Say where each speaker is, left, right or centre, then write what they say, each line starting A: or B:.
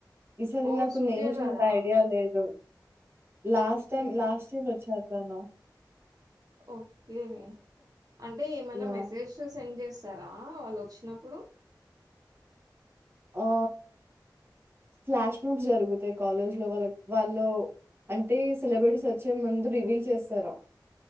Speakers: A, on the right (about 30°); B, on the right (about 55°).
A: ఈసారి
B: ఓహ్!
A: నాకు
B: సూర్య
A: నేమ్స్
B: గారా?
A: అంత ఐడియా లేదు last
B: okay.
A: Time, last year వోచ్చారు తనో
B: ఓకే అంటే ఏమన్నా
A: యాహ్!
B: మెసేజ్ సెండ్ చెస్ స్తారా వాళ్ళు వచ్చినప్పుడు.
A: ఆ ఫ్లాష్ మాబ్ జరుగుతాయి. కాలేజ్ లో వాళ్ళ, వాళ్ళు అంటే సిలబటీస్ వచ్చే ముందు రివీల్ చేస్తారు.